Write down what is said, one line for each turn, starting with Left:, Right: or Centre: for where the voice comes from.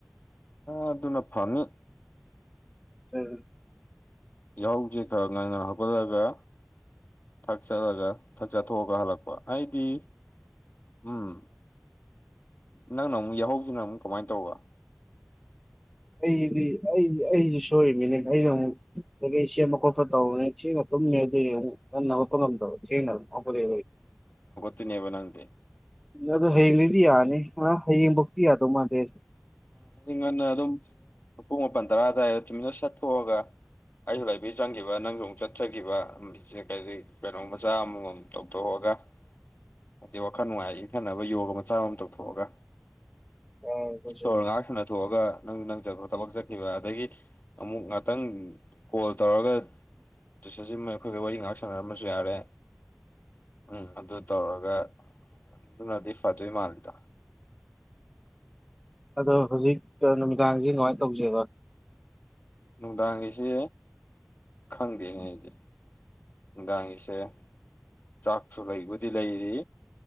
Left: ꯑꯗꯨꯅ ꯐꯅꯤ
Centre: ꯎ
Left: ꯌꯥꯍꯧꯁꯦ ꯈꯔ ꯉꯥꯏꯟꯅ ꯍꯧꯒꯠꯂꯒ ꯊꯛ ꯆꯠꯂꯒ ꯊꯛ ꯆꯠꯊꯣꯛꯑꯒ ꯍꯜꯂꯛꯄ ꯑꯩꯗꯤ ꯎꯝ ꯅꯪꯅ ꯑꯃꯨꯛ ꯌꯥꯍꯧꯁꯤꯅ ꯑꯃꯨꯛ ꯀꯃꯥꯏꯅ ꯇꯧꯕ
Centre: ꯑꯩꯗꯤ ꯑꯩ ꯑꯩꯁꯨ ꯁꯣꯏꯃꯤꯅꯦ ꯑꯩꯁꯨ ꯑꯃꯨꯛ ꯀꯀꯩ ꯁꯦꯝꯕ ꯈꯣꯠꯄ ꯇꯧꯕꯅꯤ ꯊꯦꯡꯅ ꯇꯨꯝꯗꯤꯟꯅ ꯎꯄ ꯉꯝ ꯇꯧꯅꯕ ꯑꯗ
Left: ꯆꯅꯦꯕ ꯅꯗ
Centre: ꯑꯗꯨ ꯍꯌꯦꯡꯅꯤꯗꯤ ꯌꯥꯅꯤ ꯍꯌꯦꯡꯐꯧꯗꯤꯤ ꯌꯥꯗꯧ ꯃꯥꯜꯗꯦ
Left: ꯑꯩꯗꯤ ꯉꯟꯅ ꯑꯗꯨꯝ ꯄꯨꯡ ꯃꯥꯄꯜ ꯇꯔꯥ ꯑꯗꯨꯋꯥꯏꯗ ꯇꯨꯃꯤꯟꯅ ꯆꯠꯊꯣꯛꯑꯒ ꯑꯩꯁꯨꯕꯤ ꯆꯪꯈꯤꯕ ꯅꯪꯁꯨ ꯑꯃꯨꯛ ꯆꯠꯆꯈꯤꯕ ꯏꯆ ꯀꯩꯅꯣꯝ ꯃꯆꯥ ꯑꯃꯃꯝ ꯇꯧꯊꯣꯛꯑꯒ ꯑꯗꯩ ꯋꯥꯈꯜ ꯅꯨꯡꯉꯥꯏ ꯏ ꯈꯟꯅꯅꯕ ꯌꯣꯒ ꯃꯆꯥ ꯑꯃ ꯇꯧꯊꯣꯛꯑꯒ
Centre: ꯑ
Left: ꯏꯁꯣꯔ ꯉꯥꯏꯍꯥꯛ ꯁꯨꯅ ꯊꯣꯛꯑꯒ ꯅꯪ ꯅꯄ ꯊꯕꯛ ꯆꯠꯈꯤꯕ ꯑꯗꯒꯤ ꯑꯃꯨꯛ ꯉꯥꯛꯇꯪ ꯀꯣꯜ ꯇꯧꯔꯒ ꯇꯆꯔꯁꯤꯃ ꯑꯩꯈꯣꯏꯒ ꯋꯥꯔꯤ ꯉꯥꯛ ꯁꯥꯟꯅꯔꯝꯃꯁꯨ ꯌꯥꯔꯦ ꯎꯝ ꯑꯗꯨ ꯇꯧꯔꯒ ꯑꯗꯨꯅꯗꯤ ꯐꯗꯣꯏ ꯃꯥꯜꯂꯤꯗ
Centre: ꯑꯗꯣ ꯍꯧꯖꯤꯛ ꯅꯨꯃꯤꯗꯥꯡꯁꯤ ꯅꯨꯡꯉꯥꯏꯅ ꯇꯧꯁꯦꯕ
Left: ꯅꯨꯡꯗꯥꯡꯒꯤꯁꯦ ꯈꯪꯗꯦꯅꯦ ꯑꯩꯗꯤ ꯗꯥꯥꯡ ꯏꯁꯦ ꯆꯥꯛꯁꯨ ꯂꯩꯩꯕꯨꯗꯤ ꯂꯩꯔꯤ